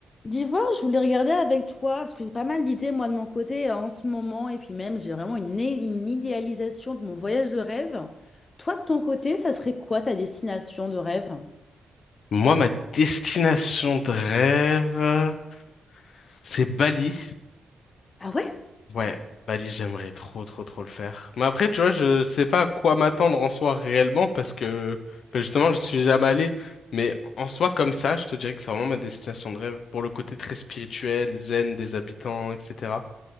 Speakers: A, on the left; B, on the left.
A: D'Ivoire, je voulais regarder avec toi, parce que j'ai pas mal d'idées, moi, de mon côté, euh, en ce moment, et puis même, j'ai vraiment une, é- une idéalisation de mon voyage de rêve. Toi, de ton côté, ça serait quoi ta destination de rêve?
B: Moi, ma destination de rêve, c'est Bali.
A: Ah ouais?
B: Ouais, Bali, j'aimerais trop, trop, trop le faire. Mais après, tu vois, je sais pas à quoi m'attendre en soi réellement parce que ben, justement, je suis jamais allé. Mais en soi, comme ça, je te dirais que c'est vraiment ma destination de rêve pour le côté très spirituel, zen des habitants, etc.